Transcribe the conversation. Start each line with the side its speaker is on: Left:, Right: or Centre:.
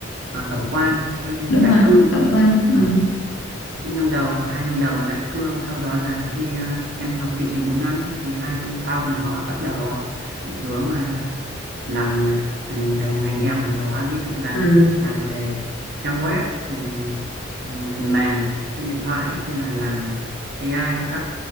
Right: ờ, tổng quan, cái
Left: Đúng
Right: đại
Left: rồi,
Right: cương.
Left: tổng quát.
Right: Ờ,
Left: Ừ.
Right: những năm đầu, hai năm đầu là đại cương, sau đó là khi ờ, em học chương trình 4 năm ấy, thì hai năm sau là họ bắt đầu ờ, định hướng là làm ờ, về một ngành hẹp nào đó, ví dụ là
Left: Ừ.
Right: làm về trang web, làm về làm phần mềm trên điện thoại hay là làm về AI hay các